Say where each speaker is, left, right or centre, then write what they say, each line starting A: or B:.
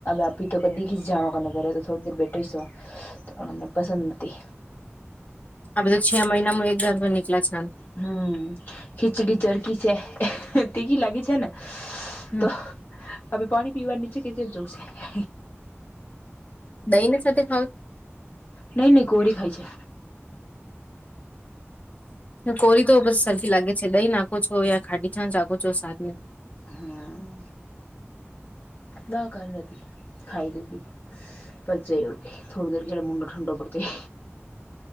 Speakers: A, on the left; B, on the left.
A: અ તો કદી ઘીસી જાણો કર ઘરે તો થડી દેર બેઠો છો તોને પસંદ નથી
B: આ બધું છે મહિનામાં એક દર નીકળ્યા છે.
A: હમ ખીચડી ચરકી છે તી કી લાગી છે ને
B: હમ
A: તો હવે પાણી પીવા નીચે કે જે જવ છે
B: દહી ની સાથે ખાવ
A: નહી નહી કોરી ખાય છે.
B: કોરી તો બસ સરખી લાગે છે દઈ નાખો છો યા ખાડી છાં ચાખો છો સાને
A: હમ દા કરી હતી ખાઈ દીધી પછ જઈવર કે થોડી દર કેળ મુડો ઠંડ પડતી